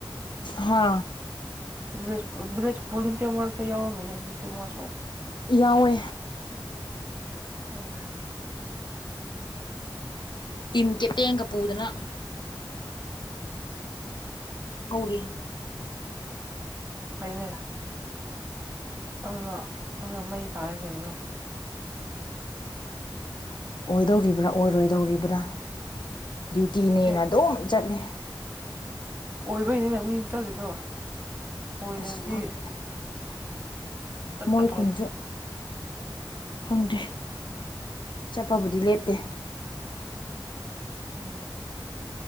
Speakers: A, on the left (about 65°); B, on the right (about 20°).
A: ꯍꯥ
B: ꯕꯤꯂꯦꯖ ꯕꯤꯂꯦꯖ ꯐꯣꯂꯤꯟꯁꯦ ꯃꯥꯇ ꯌꯥꯎꯔꯣ ꯃꯅꯤ ꯍꯧꯖꯤꯛꯇꯤꯁꯨ <inaudible>
A: ꯌꯥꯎꯋꯦ
B: ꯎꯝ
A: ꯇꯤꯝ ꯀꯦꯞꯇꯦꯟꯒ ꯄꯨꯗꯅ ꯍꯧꯔꯤ
B: ꯍꯣꯏ ꯅꯦ ꯑꯗꯨꯗꯣ ꯑꯗꯨ ꯃꯩ ꯇꯥꯔꯦ ꯀꯩꯅꯣ
A: ꯑꯣꯏꯗꯧꯔꯤꯕ꯭ꯔꯥ ꯑꯣꯏꯔꯣꯏꯗꯧꯔꯤꯕ꯭ꯔꯥ ꯗ꯭ꯌꯨꯇꯤꯅꯦꯅ
B: ꯑꯦ
A: ꯑꯗꯨꯝ ꯆꯠꯂꯤ
B: ꯑꯣꯏꯕꯩꯅꯤꯅ ꯃꯤ ꯆꯠꯂꯤꯗꯣ ꯑꯣꯏꯗ꯭ꯔꯗꯤ
A: ꯑꯁ ꯈꯪꯗ꯭ꯔꯦ
B: ꯆꯠꯀꯗ꯭ꯔꯣ
A: ꯃꯣꯏ ꯈꯨꯟꯁꯨ ꯈꯪꯗ꯭ꯔꯦ ꯆꯠꯄꯕꯨꯗꯤ ꯂꯦꯞꯇꯦ
B: ꯎꯝ